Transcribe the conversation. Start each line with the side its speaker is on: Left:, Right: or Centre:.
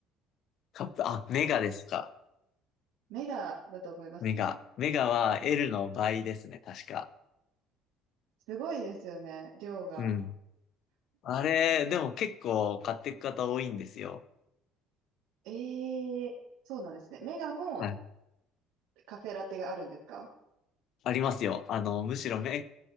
Left: カップ、あ、メガですか。
Right: メガだと思いますね。
Left: メガ。メガは L の倍ですね、確か。
Right: すごいですよね、量が。
Left: うん。あれ、でも結構買っていく方多いんですよ。
Right: ええそうなんですね。メガも
Left: はい。
Right: カフェラテがあるんですか
Left: ありますよ。あの、むしろメ、